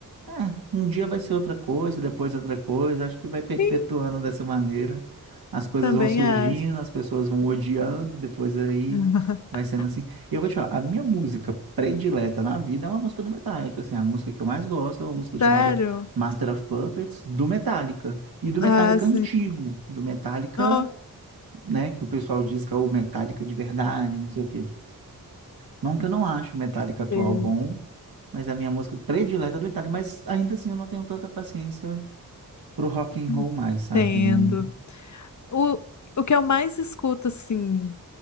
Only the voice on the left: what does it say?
Sim,
também
acho.
<laughs>
Sério?
Ah,
sim.
Ó,
Sei.
entendo.
O, o que eu mais escuto, assim,